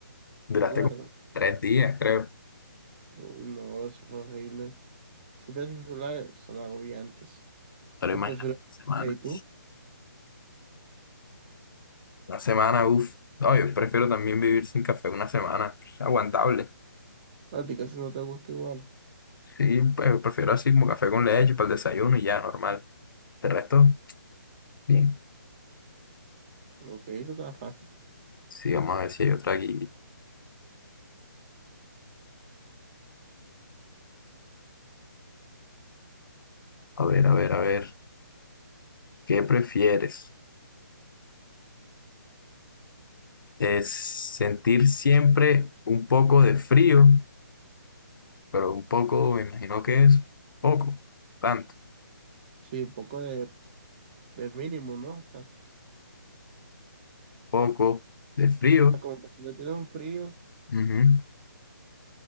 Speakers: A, on the left; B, on the right.
A: Duraste
B: acuerdo?
A: como tres días, creo.
B: Uy, no, eso fue horrible. Esos teléfonos celulares son agobiantes.
A: Pero
B: Yo
A: imagínate
B: prefiero...
A: una semana.
B: ¿Y tú?
A: Una semana, uf. No, yo prefiero también vivir sin café una semana. Es aguantable.
B: A ti casi no te gusta igual.
A: Sí, pues prefiero así como café con leche para el desayuno y ya, normal. te resto? Bien.
B: Ok, eso está fácil.
A: Sí, vamos a ver si hay otra aquí. A ver, a ver, a ver. ¿Qué prefieres? ¿Es sentir siempre un poco de frío? Pero un poco, me imagino que es poco, no tanto.
B: Sí, un poco de, de mínimo, ¿no? O sea,
A: Poco de frío.
B: como que siempre tienes un frío
A: Ujú.